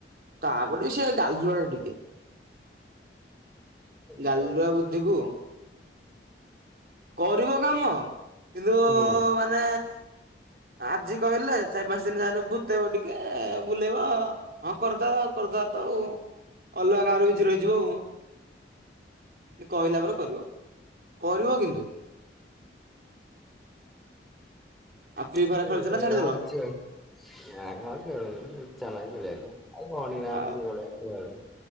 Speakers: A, on the right; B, in the centre.
A: ତାପରେ ବି ସେ ଗାଲୁଆ ଟିକେ
B: ଏମିତି
A: ଗାଲୁଆ
B: ଆଉ।
A: ବୁଦ୍ଧିକୁ କରିବ କାମ କିନ୍ତୁ
B: ହୁଁ
A: ମାନେ ଆଜି କହିଲେ ଚାରି ପାଞ୍ଚ ଦିନ ଯାହେଲେ ଭୂତେଇବ ଟିକେ ବୁଲେଇବ ହଁ କରିଦେଅ କରିଦେବା ତ ଆଉ ଅଲଗା ଗାଁରେ ବିଜି ରହିଯିବ ଆଉ କହିଲା ପରେ କରିବ କରିବ କିନ୍ତୁ। ଆଉ
B: <inaudible>
A: ଫ୍ରି ଫାୟାର ଖେଳୁଛ ନା ଛାଡିଦେଲ
B: ଆଉ ଗଣି ନାହାନ୍ତି
A: ଆଉ
B: ସେଭଳିଆ